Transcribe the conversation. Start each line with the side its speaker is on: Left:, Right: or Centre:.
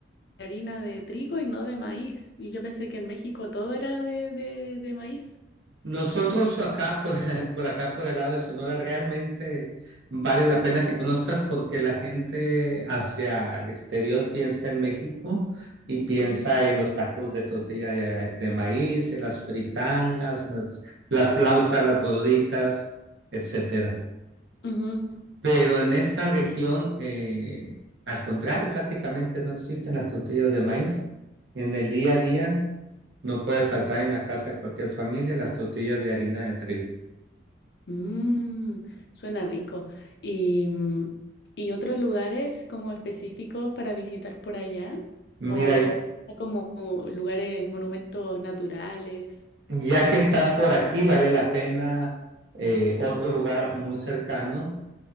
Left: harina de trigo y no de maíz. Y yo pensé que en México todo era de, de, de maíz.
Right: Nosotros acá, por, <laughs> por acá, por el lado de Sonora, realmente vale la pena que conozcas porque la gente hacia el exterior piensa en México y piensa
Left: Ujú.
Right: en los tacos de tortilla de, de maíz, en las fritangas, en las, las flautas, las gorditas, etcétera.
Left: Ujú.
Right: Pero en esta región, eh, al contrario, prácticamente no existen las tortillas de maíz. En el día a día no puede faltar en la casa de cualquier familia las tortillas de harina de trigo.
Left: Mm, suena rico. Y, mm, ¿y otros lugares como específicos para visitar por allá?
Right: Mira,
Left: O, o como lugares, monumentos naturales.
Right: ya que estás por aquí, vale la pena eh, otro lugar muy cercano,